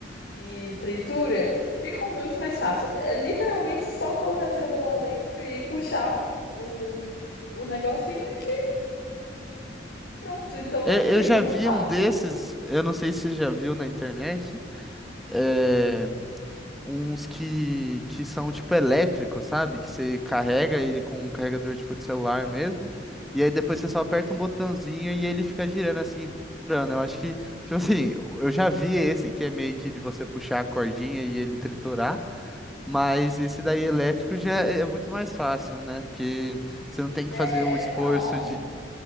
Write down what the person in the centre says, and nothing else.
Eu
eu já
vi
um desses, eu não sei se você já viu na internet. é, uns que, que são tipo elétricos, sabe? Que você carrega ele com um carregador tipo de celular mesmo, e aí depois você só aperta um botãozinho e ele fica girando assim, triturando. Eu acho que, tipo assim, eu já vi esse que é meio que de você puxar a cordinha e ele triturar, mas esse daí elétrico já é é muito mais fácil, né? Porque você não tem
que fazer o esforço